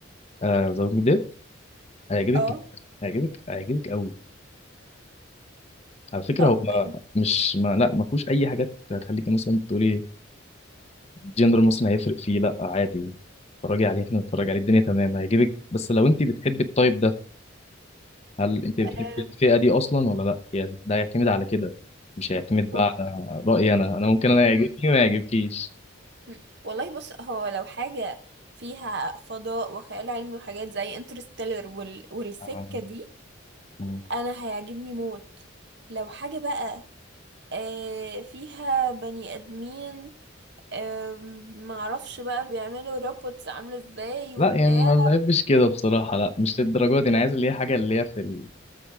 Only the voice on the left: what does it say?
ذا ووكينج ديد هيعجبك
جدا هيعجبك هيعجبك قوي على فكره
هو
مش ما لا ما فيهوش اي حاجات تخليكي مثلا تقولي جندر مثلا هيفرق فيه لا عادي اتفرجي عليه احنا نتفرج عليه الدنيا تمام هيعجبك بس لو انت بتحبي التايب ده هل انت بتحبي
الفئة دي اصلا ولا لا هي ده هيعتمد على كده مش هيعتمد بقى
على رأيي انا انا ممكن انا يعجبني
ما يعجبكيش
أم-
أم.
لا
يعني ما بحبش كده بصراحة لا مش للدرجة دي انا عايز اللي هي حاجة اللي هي في ال...